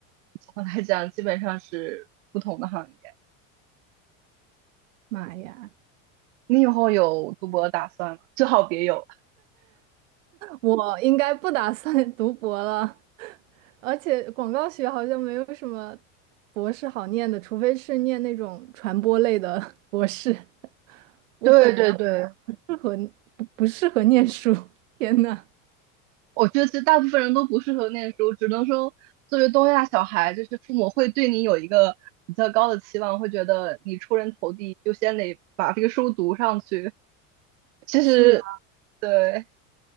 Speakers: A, on the right (about 70°); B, on the right (about 85°).
A: 总的来讲，基本上是不同的行业。
B: 妈呀，
A: 你以后有读博打算吗？最好别有。
B: 我应该不打算 <laughs> 读博了，<laughs> 而且广告学好像没有什么博士好念的，除非是念那种传播类的 <laughs> 博士。我本人不适合不不适合念书，
A: 对对对，
B: 天呐，
A: 我觉得其实大部分人都不适合念书，只能说作为东亚小孩，就是父母会对你有一个比较高的期望，会觉得你出人头地，就先得把这个书读上去。其实
B: 是。
A: 对，